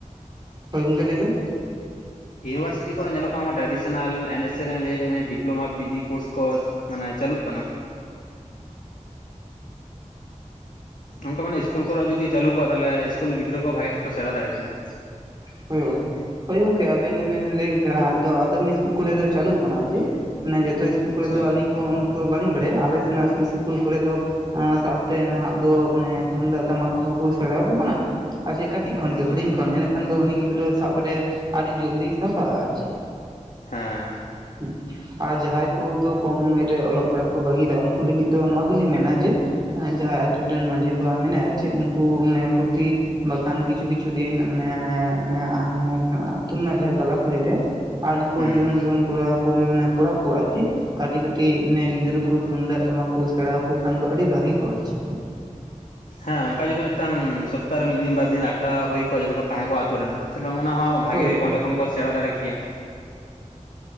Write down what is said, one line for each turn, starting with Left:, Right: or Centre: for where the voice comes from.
Right: ᱦᱳᱭ ᱜᱚᱝᱠᱮ ᱞᱟᱹᱭ ᱵᱮᱱ
Left: ᱤᱭᱩᱱᱤᱵᱷᱟᱨᱥᱤᱴᱤ ᱠᱚᱨᱮ ᱧᱮᱞᱚᱜ ᱠᱟᱱᱟ ᱴᱨᱟᱰᱤᱥᱚᱱᱟᱞ ᱮᱱᱮᱡ ᱥᱮᱨᱮᱧ ᱞᱟᱹᱭ ᱰᱤᱯᱞᱳᱢᱟ ᱯᱤᱡᱤ ᱠᱳᱨᱥ ᱠᱚ ᱢᱟᱱᱮ ᱪᱟᱹᱞᱩᱜ ᱠᱟᱱᱟ᱾ ᱚᱱᱠᱟ ᱢᱟᱱᱮ ᱤᱥᱠᱩᱞ ᱠᱚᱨᱮ ᱦᱚᱸ ᱡᱩᱫᱤ ᱪᱟᱹᱞᱩ ᱠᱚᱜᱼᱟ ᱛᱟᱦᱞᱮ ᱤᱥᱠᱩᱞ ᱜᱤᱫᱽᱨᱟᱹ ᱠᱚ ᱵᱷᱟᱜᱤ ᱴᱷᱤᱠ ᱠᱚ ᱥᱮᱬᱟ ᱫᱟᱲᱮ ᱠᱮᱭᱟ᱾
Right: ᱦᱳᱭ᱾ ᱦᱳᱭ ᱜᱚᱝᱠᱮ ᱟᱵᱮᱱ ᱵᱮᱱ ᱞᱟᱹᱭ ᱞᱮᱠᱟ, ᱟᱫᱚ ᱟᱫᱚᱢ ᱤᱥᱠᱩᱞ ᱠᱚᱨᱮ ᱫᱚ ᱪᱟᱹᱞᱩᱣ ᱠᱟᱱᱟ ᱡᱮ, ᱢᱟᱱᱮ ᱡᱟᱛ ᱡᱚᱛᱚ ᱤᱥᱠᱩᱞ ᱠᱚᱨᱮ
Left: ᱟᱪᱪᱷᱟ
Right: ᱫᱚ ᱟᱞᱤᱧ ᱦᱚᱸ ᱩᱱᱟᱹᱜ ᱫᱚ ᱵᱟᱹᱞᱤᱧ ᱵᱟᱲᱟᱭᱟ ᱟᱞᱮ ᱥᱮᱱᱟᱜ ᱥᱩᱨ ᱥᱩᱯᱩᱨ ᱠᱚᱨᱮ ᱫᱚ ᱮᱸᱻ ᱥᱟᱶᱛᱮ ᱱᱟᱦᱟᱜ ᱫᱚ ᱢᱟᱱᱮ ᱛᱩᱢᱫᱟᱜ ᱴᱟᱢᱟᱠ ᱠᱚᱦᱚᱸᱠᱚ ᱥᱮᱬᱟᱣᱟᱠᱚ ᱠᱟᱱᱟ᱾ ᱟᱪᱪᱷᱟ ᱠᱟᱹᱴᱤᱡ ᱠᱷᱚᱱ
Left: ᱟᱪᱪᱷᱟ
Right: ᱜᱮ, ᱦᱩᱰᱤᱧ ᱠᱷᱚᱱ ᱤᱱᱟᱹ ᱠᱷᱟᱱ ᱫᱚ ᱩᱱᱤ ᱜᱤᱫᱽᱨᱟᱹ ᱥᱟᱵᱨᱮ ᱟᱹᱰᱤ ᱡᱚᱞᱫᱤᱭ ᱥᱟᱯᱟ ᱟᱨ ᱪᱮᱫ᱾
Left: ᱦᱮᱸ᱾
Right: <unintelligible> ᱟᱨ ᱡᱟᱦᱟᱸᱭ ᱠᱚᱫᱚ ᱠᱚᱢ ᱩᱢᱮᱨ ᱨᱮ ᱚᱞᱚᱜ ᱯᱟᱲᱦᱟᱜ ᱠᱚ ᱵᱟᱹᱜᱤᱭᱫᱟ ᱩᱱᱠᱩ ᱞᱟᱹᱜᱤᱫ ᱫᱚ ᱱᱚᱣᱟ ᱜᱮᱞᱤᱧ ᱢᱮᱱᱟ ᱡᱮ ᱱᱚᱣᱟ ᱡᱟᱦᱟᱸᱭ ᱟᱛᱩ ᱨᱮᱱ ᱢᱟᱺᱡᱷᱤ ᱵᱟᱵᱟ ᱢᱮᱱᱟᱭᱟ ᱟᱨ ᱪᱮᱫ, ᱩᱱᱠᱩ ᱢᱟᱱᱮ ᱯᱩᱛᱤ ᱵᱟᱠᱷᱟᱱ ᱠᱤᱪᱷᱩ ᱠᱤᱪᱷᱩ ᱫᱤᱱ ᱢᱟᱱᱮ, ᱢᱟᱱᱮ ᱢᱟᱱᱮ ᱟᱛᱩ ᱨᱮᱱᱟᱜ ᱡᱟᱦᱟᱸ ᱛᱟᱞᱟ ᱠᱩᱞᱦᱤ ᱨᱮ ᱟᱨ ᱩᱱᱠᱩ
Left: ᱦᱩᱸ
Right: ᱡᱩᱣᱟ. ᱱ ᱡᱩᱣᱟᱹᱱ ᱠᱚᱲᱟ ᱠᱩᱲᱤ ᱢᱟᱱᱮ ᱠᱚᱲᱟ ᱠᱚ ᱟᱨ ᱪᱮᱫ᱾ ᱠᱟᱹᱴᱤᱡ ᱠᱟᱹᱴᱤᱡ ᱢᱟᱱᱮ ᱜᱤᱫᱽᱨᱟᱹ ᱠᱚ ᱛᱩᱢᱫᱟᱜ ᱴᱟᱢᱟᱠ ᱠᱚ ᱥᱮᱬᱟᱣᱟᱠᱚ ᱠᱷᱟᱱ ᱫᱚ ᱟᱹᱰᱤ ᱵᱷᱟᱹᱜᱤ ᱠᱚᱜ-ᱟ ᱟᱨ ᱪᱮᱫ᱾
Left: ᱦᱮᱸ ᱚᱱᱠᱟ ᱡᱚᱫᱤ ᱢᱤᱫᱴᱟᱝ ᱥᱚᱯᱛᱟᱦᱚ ᱨᱮ ᱢᱤᱫ ᱫᱤᱱ ᱵᱟᱨ ᱫᱤᱱ ᱟᱠᱷᱟᱲᱟ ᱦᱩᱭ ᱠᱚᱜ-ᱟ ᱡᱚᱛᱚ ᱠᱚ ᱛᱟᱦᱮᱸ ᱠᱚᱜ-ᱟ ᱟᱛᱩ ᱨᱮᱱ᱾ ᱛᱟᱞᱦᱮ ᱚᱱᱟ ᱦᱚᱸ ᱵᱷᱟᱜᱤ
Right: ᱦᱳᱭ
Left: ᱦᱩᱭᱠᱚᱜ-ᱟ
Right: ᱦᱳᱭ
Left: ᱚᱸᱰᱮ ᱠᱷᱚᱱ ᱠᱚ ᱥᱮᱬᱟ ᱫᱟᱲᱮ ᱠᱮᱭᱟ᱾